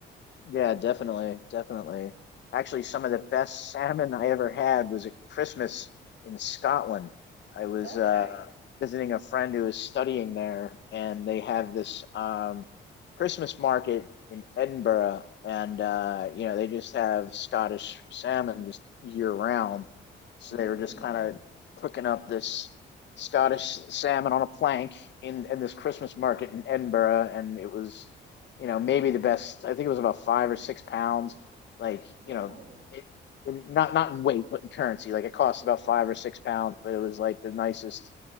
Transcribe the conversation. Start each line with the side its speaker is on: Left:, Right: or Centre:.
Left: Yeah, definitely, definitely. Actually, some of the best salmon I ever had was at Christmas in Scotland. I was
Right: Okay.
Left: uh, visiting a friend who was studying there, and they have this um, Christmas market in Edinburgh, and uh, you know they just have Scottish salmon just year round. So
Right: Mm.
Left: they were just kind of cooking up this Scottish salmon on a plank in in this Christmas market in Edinburgh, and it was you know, maybe the best. I think it was about five or six pounds. Like,
Right: Oh.
Left: you know, it, in- not not in weight, but in currency. Like, it cost about five or six pounds, but it was like the nicest